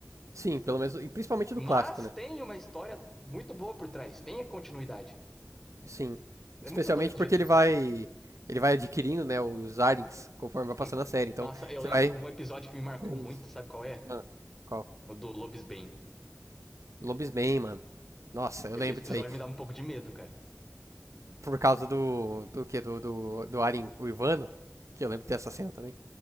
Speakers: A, on the right (about 85°); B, in the centre.
A: sim,
B: Tipo,
A: pelo menos. E principalmente
B: mas
A: do clássico, né?
B: tem uma história muito boa por trás, tem a continuidade.
A: Sim.
B: É
A: Especialmente
B: muito doido o
A: porque
B: jeito
A: ele
B: que eles
A: vai.
B: fazem isso.
A: Ele vai adquirindo, né, os Arens conforme vai passando
B: Sim.
A: a série. Então,
B: Nossa, eu
A: você
B: lembro
A: vai.
B: de um episódio que me
A: Acompanhando
B: marcou muito,
A: isso.
B: sabe qual é?
A: Ah, qual?
B: O do Lobisbane.
A: Lobisman, mano. Nossa, eu
B: Esse
A: lembro
B: episódio
A: disso aí.
B: me dava um pouco de medo, cara.
A: Por causa do. Do que? Do, do, do Aren, o Ivano. Que eu lembro dessa cena também.